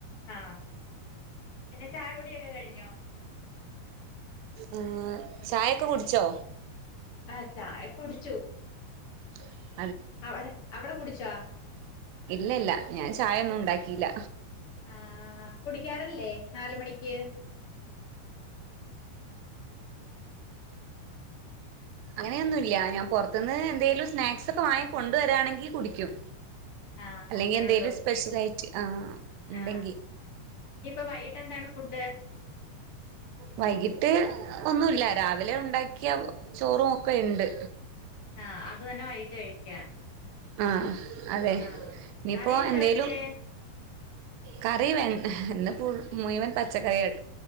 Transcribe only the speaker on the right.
ആ ചായൊക്കെ കുടിച്ചോ?
<unintelligible>
ഇല്ലില്ല ഞാൻ ചായയൊന്നും ഉണ്ടാക്കീല്ല
അങ്ങനെയൊന്നും ഇല്ല ഞാൻ പോറത്തത്തൂന്ന് എന്തെങ്കിലും സ്നാക്സ് ഒക്കെ വാങ്ങി കൊണ്ടെരുവാണെങ്കിൽ കുടിക്കും
അല്ലെങ്കി
എന്തെങ്കിലും
സ്പെഷ്യൽ ആയിറ്റ് ആ ഉണ്ടെങ്കി
വൈകിട്ട് ഒന്നുമില്ല രാവിലെ ഉണ്ടാക്കിയ ചോറും ഒക്കെയുണ്ട്
ആ അതെ
നീ
പ്പോ
എന്തെലും
കറി വെ മ് ഹ് എന്തപ്പോ മുഴുവൻ പച്ചക്കറികൾ